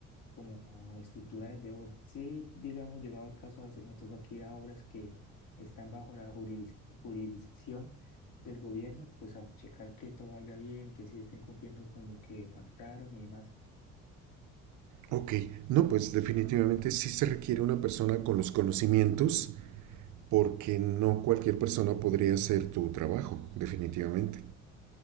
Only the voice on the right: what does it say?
ok, no, pues definitivamente sí se requiere una persona con los conocimientos porque no cualquier persona podría hacer tu trabajo, definitivamente.